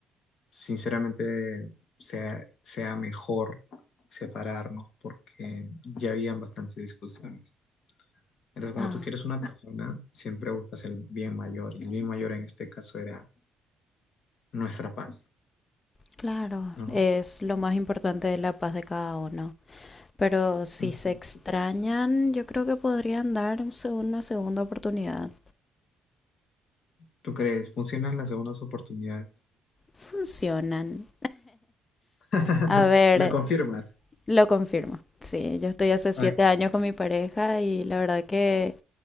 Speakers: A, on the left; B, on the left.
A: sinceramente, sea, sea mejor separarnos porque ya habían bastantes discusiones. Entonces, cuando
B: ah,
A: tú quieres una persona, siempre buscas el bien mayor y el bien mayor en este caso era nuestra paz,
B: Claro,
A: ¿no?
B: es lo más importante de la paz de cada uno. Pero si
A: Ujú.
B: se extrañan, yo creo que podrían dar una segunda oportunidad.
A: ¿Tú crees? ¿Funcionan las segundas oportunidades?
B: Funcionan.
A: <laughs>
B: A ver,
A: ¿Lo confirmas?
B: lo confirmo. Sí, yo estoy hace siete
A: Ok,
B: años con mi pareja y la verdad que